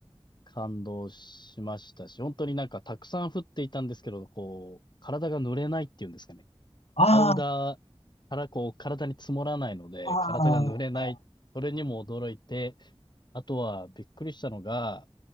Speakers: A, on the left; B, on the left.
A: 感動しましたし、本当になんかたくさん降っていたんですけど、こう、体が濡れないっていうんですかね。
B: ああ、
A: パウダーからこう、体に積もらないので、
B: あ
A: 体が濡れない。それにも驚いて、あとは、びっくりしたのが、